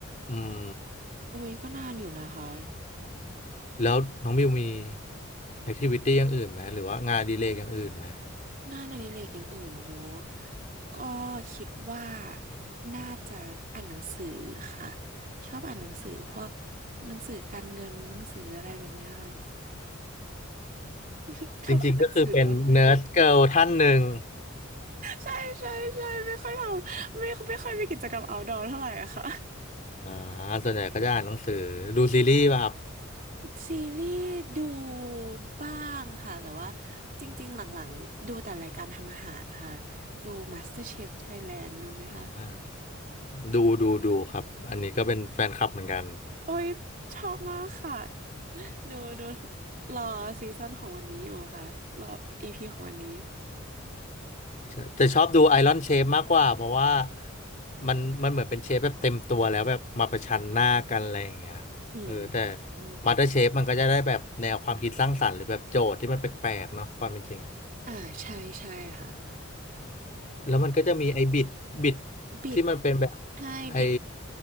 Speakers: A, on the left; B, on the right.
A: อืม
B: อุ้ยก็นานอยู่นะคะ
A: แล้วน้องบิวมีแอคทิวิตี้อย่างอื่นไหมหรือว่างานอดีเลย์อย่างอื่นไหม
B: งานอดิเรกอย่างอื่นบิวก็คิดว่าน่าจะอ่านหนังสือค่ะชอบอ่านหนังสือพวกหนังสือการเงินหนังสืออะไรแบบเนี้ยค่ะ <laughs> ชอบอ่านหนังสือบ้างไหมคะ
A: จริงๆก็คือเป็นเนิร์ดเกิร์ลท่านหนึ่ง
B: ใช่ใช่ใช่ไม่ค่อยทำไม่ไม่ค่อยมีกิจกรรม outdoor เท่าไหร่อะค่ะ
A: อ่าส่วนใหญ่ก็จะอ่านหนังสือดูซีรีส์ป่ะครับ
B: <laughs> ซีรีส์ดูบ้างค่ะแต่ว่าจริงๆหลังๆดูแต่รายการทำอาหารค่ะดู MasterChef Thailand ดูไหมคะ
A: อ่าดูดูดูครับอันนี้ก็เป็นแฟนคลับเหมือนกัน
B: โอ้ยชอบมากค่ะดูดูรอซีซั่นของวันนี้อยู่ค่ะรออีพีของวันนี้
A: ใช่แต่ชอบดูไอรอนเชฟมากกว่าเพราะว่ามันมันเหมือนเป็นเชฟแบบเต็มตัวแล้วแบบมาประชันหน้ากันอะไรอย่างเงี้ยเออแต่
B: อืมอม
A: มาสเตอร์เชฟมันก็จะได้แบบแนวความคิดสร้างสรรค์หรือแบบโจทย์ที่มันแปลกๆเนาะความเป็นจริงอะ
B: อ่าใช่ใช่ค่ะ
A: แล้วมันก็จะมีไอ้บิดบิด
B: บิด
A: ที่มันเป็นแบบ
B: ใช่บิด
A: ไอ้